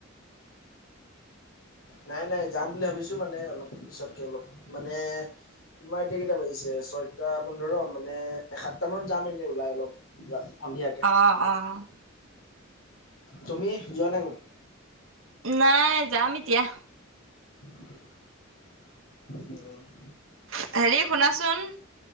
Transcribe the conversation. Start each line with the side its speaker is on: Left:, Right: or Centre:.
Left: নাই নাই যাম বুলি ভাবিছো মানে অলপ পিছতকে অলপ মানে তোমাৰ- এতিয়া কেইটা বাজিছে ছয়টা পোন্ধৰ মানে সাতটা মানত যাম এনেই ওলাই অলপ। সন্ধিয়াকে আ
Right: অ', অ'।
Left: তুমি যোৱা নাই কতো?
Right: নাই যাম এতিয়া।
Left: অঁ'
Right: হেৰি শুনাচোন?